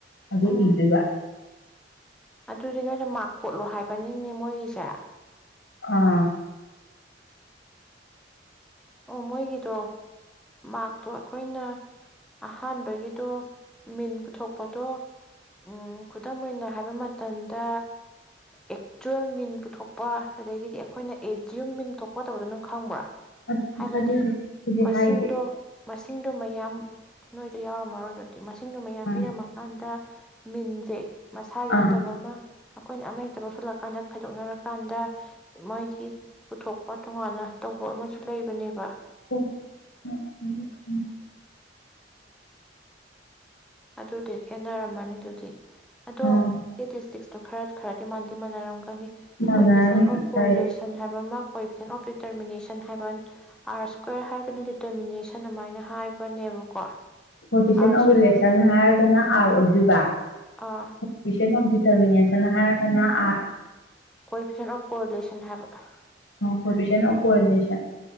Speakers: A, on the left (about 85°); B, in the centre.
A: ꯑꯗꯨ
B: ꯎꯝ
A: ꯏꯗꯨꯏꯕꯥ
B: ꯑꯗꯨꯗꯤ ꯅꯣꯏꯅ ꯃꯥꯛ ꯀꯣꯠꯂꯣ ꯍꯥꯏ ꯄꯅꯤꯅꯤ ꯃꯣꯏꯒꯤꯁꯦ
A: ꯑꯥ꯫
B: ꯑꯣ ꯃꯣꯏꯒꯤꯗꯣ ꯃꯥꯛꯇꯣ ꯑꯈꯣꯏꯅ ꯑꯍꯥꯟꯕꯒꯤꯗꯣ ꯃꯤꯟ ꯄꯨꯊꯣꯛꯄꯗꯣ ꯎꯝ ꯈꯨꯗꯝ ꯑꯣꯏꯅ ꯍꯥꯏꯕ ꯃꯇꯝꯗꯥ ꯑꯦꯛꯆ꯭ꯨꯋꯦꯜ ꯃꯤꯟ ꯄꯨꯊꯣꯛꯄ ꯑꯗꯒꯤꯗꯤ ꯑꯈꯣꯏꯅ ꯑꯦꯖ꯭ꯌꯨꯝ ꯃꯤꯟ ꯄꯨꯊꯣꯛꯄ ꯇꯧꯕꯗꯣ ꯅꯪ ꯈꯪꯕ꯭ꯔꯥ?
A: ꯑꯗꯨꯗꯤ
B: ꯍꯥꯏꯕꯗꯤ
A: ꯑꯗꯨ <unintelligible> ꯗꯤ
B: ꯃꯁꯤꯡꯗꯣ
A: ꯍꯥꯏꯗꯦ꯫
B: ꯃꯁꯤꯡꯗꯣ ꯃꯌꯥꯝ ꯅꯣꯏꯗ ꯌꯥꯎꯔꯝꯃꯔꯣꯏ ꯗꯨꯗꯤ꯫ ꯃꯁꯤꯡꯗꯣ ꯃꯌꯥꯝ
A: ꯑꯥ
B: ꯄꯤꯔꯝꯃꯀꯥꯟꯗ ꯃꯤꯟꯖꯦ ꯃꯁꯥꯒꯤ
A: ꯑꯥ
B: ꯅꯠꯇꯕ ꯑꯃ ꯑꯈꯣꯏꯅ ꯑꯃꯍꯦꯛꯇ ꯂꯧꯁꯜꯂ ꯀꯥꯟꯗ ꯈꯥꯏꯗꯣꯛꯅꯔꯀꯥꯟꯗ ꯃꯣꯏꯒꯤ ꯄꯨꯊꯣꯛꯄ ꯇꯣꯉꯥꯟꯅ ꯇꯧꯕ ꯑꯃꯁꯨ ꯂꯩ ꯑꯗꯨꯅꯦꯕ꯫
A: <unintelligible>
B: ꯑꯗꯨꯗꯤ ꯈꯦꯠꯅꯔꯝꯃꯅꯤ ꯑꯗꯨꯗꯤ꯫ ꯑꯗꯣ
A: ꯑ
B: ꯁ꯭ꯇꯦꯇꯤꯁꯇꯤꯛꯁ ꯗꯨ ꯈꯔ ꯈꯔꯗꯤ ꯃꯥꯟꯗꯤ ꯃꯥꯟꯅꯔꯝꯒ ꯒꯅꯤ
A: ꯃꯥꯟꯅꯔꯅꯤ
B: ꯀꯣꯢꯐꯤꯁꯦꯟꯠ
A: ꯉꯁꯥꯏ
B: ꯑꯣꯞ ꯀꯣꯔꯤꯂꯦꯁꯟ ꯍꯥꯏꯕ ꯑꯃ ꯀꯣꯏꯐꯤꯁꯦꯟ ꯑꯣꯐ ꯗꯤꯇꯔꯃꯤꯅꯦꯁꯟ ꯍꯥꯏꯕ ꯑꯥꯔ ꯏꯀ꯭ꯋꯦꯔ ꯍꯥꯏꯕꯅ ꯗꯤꯇꯔꯃꯤꯅꯦꯁꯟ ꯑꯗꯨꯃꯥꯏꯅ ꯍꯥꯏꯕꯅꯦꯕꯀꯣ꯫
A: Coefficient
B: R
A: of
B: square
A: relation ꯍꯥꯏ ꯐꯖꯅ ꯑꯥꯔ ꯑꯣꯏꯗꯣꯏꯕ
B: ꯑꯥ
A: ꯄꯁꯦꯅ ꯅꯝꯗꯤꯇꯔ ꯍꯥꯏꯔꯒꯅ ꯑꯥꯔ
B: ꯀꯣ ꯐꯤꯁꯟ ꯑꯣꯐ ꯀꯣꯔꯤꯂꯦꯁꯟ ꯍꯥꯏꯕ
A: ꯑꯣꯏꯐꯤꯁꯦꯠ ꯑꫭꯝ ꯀꫭꯔꯤꯂꯤꯁꯟ